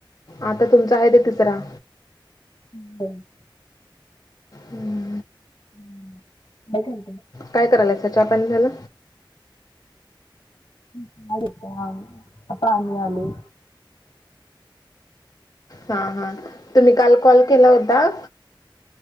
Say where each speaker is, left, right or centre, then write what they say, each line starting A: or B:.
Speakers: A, on the left; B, on the left.
A: आता तुमचा आहे ते तिसरा.
B: <unintelligible>
A: हम्म
B: हम्म <unintelligible>
A: काय करालायसा चहा पाणी झाला?
B: <unintelligible> आता आम्ही आलोय.
A: हा हा तुम्ही काल कॉल केला होता.